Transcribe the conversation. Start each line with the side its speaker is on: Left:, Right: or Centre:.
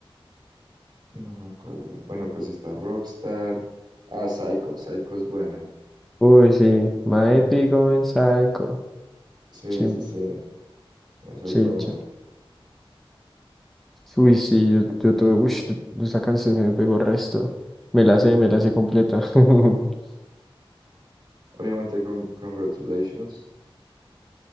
Right: No me acuerdo. Bueno, pues está Rockstar. Ah, Psycho. Psycho es buena.
Centre: Uy, sí, My Epic Going Psycho.
Right: Sí,
Centre: Chim,
Right: sí, sí. Esa
Centre: sí,
Right: es buena.
Centre: chim. Uy, sí, yo,
Right: <laughs>
Centre: yo tuve, uy, esa canción se me pegó resto. Me la sé, me la sé completa. <laughs>
Right: Obviamente con Congratulations.